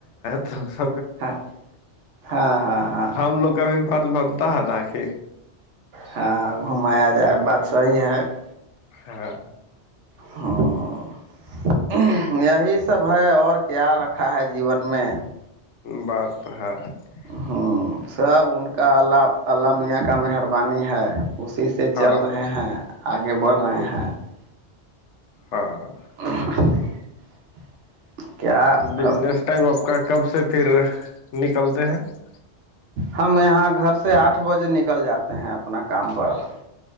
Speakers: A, on the left; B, on the right.
A: تو س
B: ہاں ہاں ہاں ہاں
A: ہم لوگ <unintelligible> کابھی فرض بنتا ہے ن آخر <unintelligible>
B: ہاں گھمایا جائے بات صحیح ہے <unintelligible>
A: ہاں <unintelligible>
B: ہاں <unintelligible> یہی سب ہے اور خیال رکھا ہے جیون میں <unintelligible>
A: بات ہےاںا <unintelligible>
B: ہوں سب ان کا اللہ اللہ میاں کا مہربانی ہے اسی <unintelligible> سے
A: ہاں
B: چل رہے
A: ہاں
B: ہیں آگے بڑھ رہے
A: ہ
B: ہیں <unintelligible>
A: ہاں <unintelligible>
B: <unintelligible> کیا
A: بجنس
B: اب
A: ٹائم آپ کا کب سے پھر نکلتے ہیں <unintelligible>
B: ہم یہاں گھر سے آٹھ بجے نکل جاتے ہیں اپنا کام پر <unintelligible>